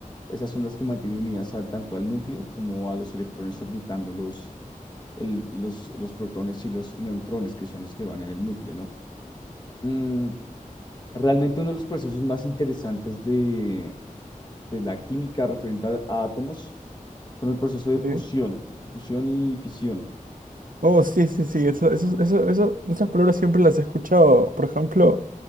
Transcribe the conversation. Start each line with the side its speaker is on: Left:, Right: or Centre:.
Left: Esas son las que mantienen unidas al- tanto al núcleo como a los electrones orbitándolos el- los, los protones y los neutrones, que son los que van en el núcleo, ¿no? Mm, realmente uno de los procesos más interesantes de, de la química referente a, a átomos son el proceso de fusión,
Right: ¿Sí?
Left: fusión y fisión,
Right: Oh, sí, sí, sí, eso, eso, eso, eso, esas palabras siempre las he escuchado. Por ejemplo,